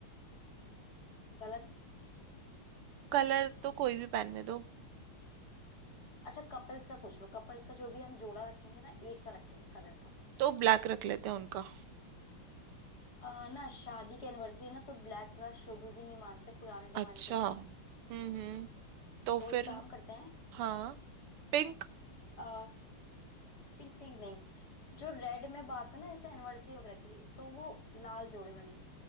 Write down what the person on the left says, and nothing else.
कलर
अच्छा कपल्स का सोच लो कपल्स का जो भी हम जोड़ा रखेंगे ना एक सा रखेंगे कलर का
अ, ना शादी की एनिवर्सरी है ना तो ब्लैक थोड़ा शुभ भी नहीं मानते पुराने जमाने
के लोग
तो
एक काम करते हैं
पिंक पिंक नहीं जो रेड में बात है ना इसे एनिवर्सरी वगैरह की तो वो लाल जोड़े वाली